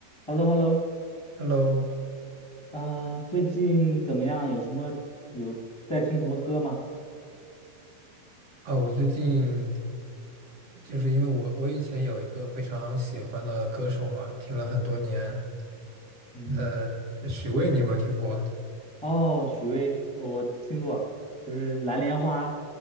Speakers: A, on the left; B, on the right.
A: h e l l o h e l l o
B: Hello，
A: 啊，最近怎么样？有什么有在听什么歌吗？
B: 啊，我最近就是因为我我以前有一个非常喜欢的歌手嘛，听了很多年，
A: 嗯，
B: 呃，许巍你有没有听过？
A: 哦，许巍，我我听过，就是《蓝莲花》，